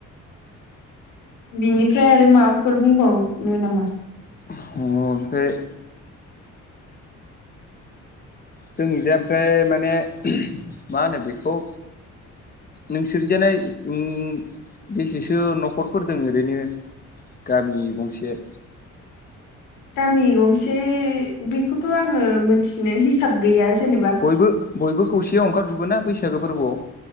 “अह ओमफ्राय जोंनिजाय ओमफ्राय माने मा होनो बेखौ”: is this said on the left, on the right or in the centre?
Left